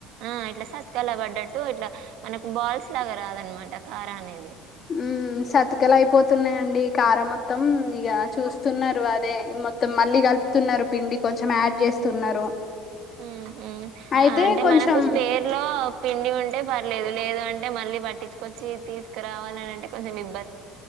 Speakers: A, on the right; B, on the left.
A: ఆ ఇట్లా సత్కాల పడ్డట్టు ఇట్లా మనకు బాల్స్ లాగా రాదనమాట కార అనేది
B: మ్ సతకలు అయిపోతున్నాయండి కార మొత్తం ఇక చూస్తున్నారు అదే మొత్తం మళ్ళీ కలుపుతున్నారు పిండి కొంచెం యాడ్ చేస్తున్నారు
A: మ్ మ్
B: అయితే
A: అంటే
B: కొంచెం
A: మనకు స్పేర్ లో పిండి ఉంటే పర్లేదు లేదు అంటే మళ్ళీ పట్టిచ్చుకొచ్చి తీసుకురావాలి అని అంటే కొంచెం ఇబ్